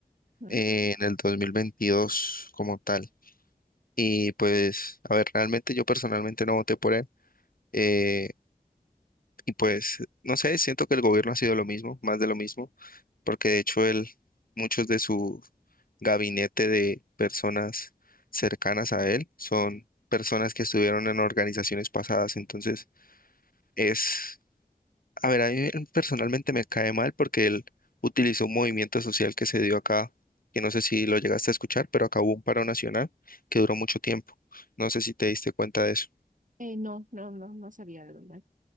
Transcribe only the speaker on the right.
¿no?
Eh, no, no, no, no sabía de verdad.